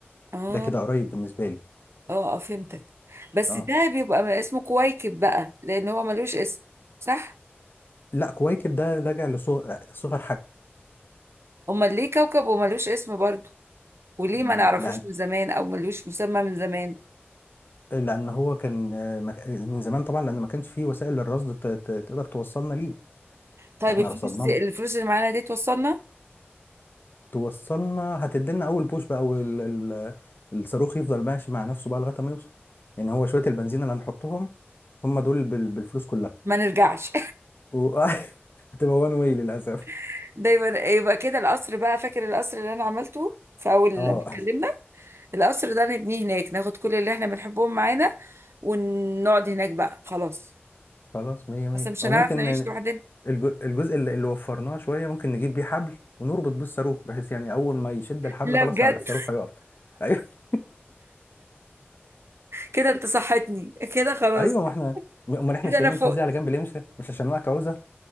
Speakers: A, on the right (about 75°); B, on the left (about 55°).
A: اه
B: ده كده قريب بالنسبة لي
A: اه آه، فهمتك بس
B: اه
A: ده بيبقى اسمه كويكب بقى لأن هو ملوش اسم صح؟
B: لا كويكب ده راجع لصغر
A: امال ليه كوكب وملوش اسم برضه وليه
B: حجمه
A: ما نعرفوش من زمان او ملوش مسمى من زمان
B: لان هو كان آه، مك- من زمان طبعا لان ما كانش فيه وسائل للرصد ت- ت- تقدر توصلنا ليه
A: طيب
B: احنا
A: الفلوس
B: رصدناه
A: دي الفلوس اللي معانا دي توصلنا
B: توصلنا هتدينا اول بوش بقى وال- ال- الصاروخ يفضل ماشي مع نفسه بقى لغايه ما يوصل يعني هو شويه البنزين اللي هنحطهم هم دول بال- بالفلوس كلها
A: ما نرجعش
B: و... <laughs> هتبقى وان واي للاسف
A: <laughs> ده يبقى يبقى كده القصر بقى فاكر القصر اللي انا عملته في اول
B: اه
A: لما اتكلمنا القصر ده نبنيه هناك ناخد كل اللي احنا بنحبهم معانا ونقعد هناك بقى خلاص
B: خلاص مية مية
A: اصل مش
B: او
A: هنعرف
B: ممكن
A: نعيش
B: ن-
A: لوحدنا
B: الج- الجزء اللي اللي وفرناه شويه ممكن نجيب بيه حبل ونربط بيه الصاروخ بحيث يعني اول ما يشد الحبل
A: لا
B: خلاص
A: بجد
B: ه- الصاروخ هيقف <laughs>
A: كده انت صحتني كده خلاص
B: ايوه ما احنا امال احنا
A: كده
B: شايلين
A: انا فقت
B: الفلوس دي على جنب ليه مش مش عشان وقت عوزه